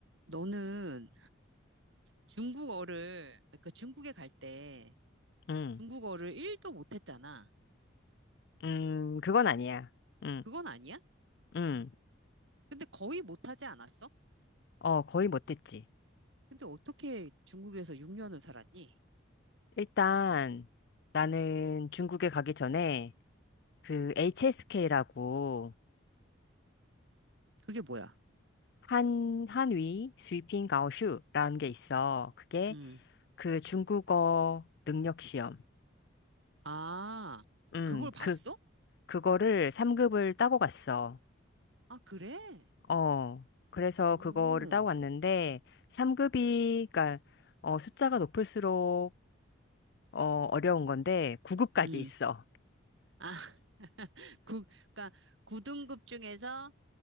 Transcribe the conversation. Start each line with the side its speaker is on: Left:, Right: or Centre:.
Right: 너는 중국어를, 그러니까 중국에 갈 때
Left: 음,
Right: 중국어를 1도 못했잖아.
Left: 음, 그건 아니야. 음,
Right: 그건 아니야?
Left: 음,
Right: 근데 거의 못하지 않았어?
Left: 어, 거의 못됐지.
Right: 근데 어떻게 중국에서 6년을 살았니?
Left: 일단 나는 중국에 가기 전에 그 HSK라고
Right: 그게 뭐야?
Left: 한, 한위 스위핑 가오슈라는 게 있어. 그게
Right: 음.
Left: 그 중국어 능력 시험.
Right: 아,
Left: 음,
Right: 그걸 봤어?
Left: 그, 그거를 3급을 따고 갔어.
Right: 아, 그래?
Left: 어, 그래서
Right: 음.
Left: 그거를 따고 갔는데 3급이, 그니까, 어, 숫자가 높을수록 어, 어려운 건데 9급까지
Right: 음.
Left: 있어.
Right: 아, <laughs> 그, 그러니까 9등급 중에서